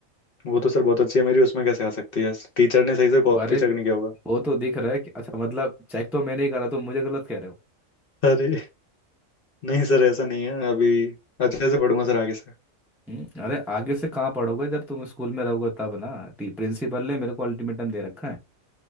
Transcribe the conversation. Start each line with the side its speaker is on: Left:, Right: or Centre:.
Left: वो तो सर बहुत अच्छी है मेरी उसमें कैसे आ सकती है टीचर ने सही से कॉपी
Centre: अरे
Left: चेक नहीं किया होगा
Centre: वो तो दिख रहा है कि अच्छा मतलब चेक तो मैंने ही करा तुम मुझे गलत कह रहे हो
Left: अरे नहीं सर ऐसा नहीं है अभी अच्छे से पढ़ूंगा सर आगे से
Centre: हम्म, अरे आगे से कहाँ पढ़ोगे जब तुम स्कूल में रहोगे तब ना टी प्रिंसिपल ने मेरे को अल्टीमेटम दे रखा है